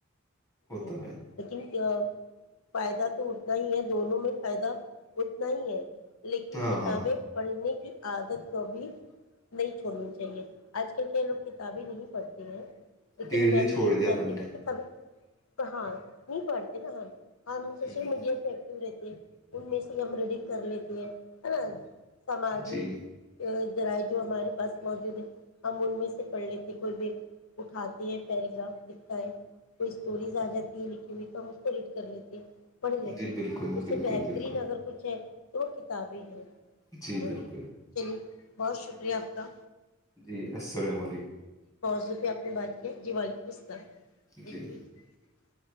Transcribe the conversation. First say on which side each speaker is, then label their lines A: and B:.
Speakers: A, on the left; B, on the left.
A: ہوتا
B: جی
A: ہے
B: لیکن فائدہ تو اتنا ہی ہے دونوں میں فائدہ اتنا ہی ہے لیکن
A: ہاں
B: کتابیں
A: ہاں
B: پڑھنے کی عادت کو بھی نہیں چھوڑنی چاہیے آج کل کے لوگ کتابیں نہیں پڑھتے ہیں لیکن
A: دھیرے دھیرے
B: میں بھی
A: چھوڑ
B: یہی
A: دیا
B: چاہتی
A: اپن نے
B: ت کتاب ہاں نہیں پڑتے نا ہم ہم سوشل
A: ہوں،
B: میڈیا پہ ایکٹو رہتے ان میں سے ہم ریڈنگ کر لیتے ہیں ہے نا سماجک
A: جی
B: ذرائع جو ہمارے پاس موجود ہے ہم ان میں سے پڑھ لیتے کوئی بھی اٹھاتے ہیں پیراگراف لکھتا ہے کوئی اسٹوریز آ جاتی ہے لکھی ہوئی تو ہم اس کو ریڈ کر لیتے ا <inaudible> پڑھ لیتے
A: جی بالکل
B: تو
A: بالکل
B: سے بہترین
A: بالکل
B: اگر کچھ ہے اوکے ثابل ہے
A: جی بالکل
B: نا چلیے بہت شکریہ آپ کا
A: جی السلام علیکم
B: جس پہ آپ نے بات کیا جی وعلیکم السلام ج
A: جی
B: <unintelligible>